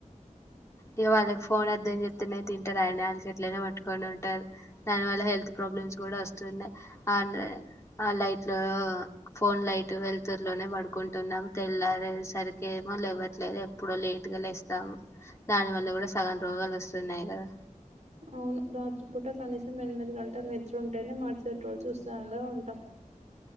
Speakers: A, on the left; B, on the right.
A: ఇక వాళ్ళకి ఫోన్ అర్థం చెప్తేనే తింటారు ఆని వాళ్ళకి ఎట్లనా పట్టుకొని ఉంటారు దానివల్ల హెల్త్ ప్రాబ్లమ్స్ కూడా వస్తున్నాయి అ ఆ లైట్ లో ఫోన్ లైట్ వెలుతురులోనే పడుకుంటున్నాము తెల్లారే సరికేమో లేవ్వట్లేదు ఎప్పుడో లేట్ గా లేస్తాము దాని వల్ల కూడా సగం రోగాలు వస్తున్నాయి కదా
B: అవును రాత్రిపూట కనీసం ఎనిమిది గంటలు నిద్ర ఉంటేనే మరుసటి రోజు హుషారుగా ఉంటాం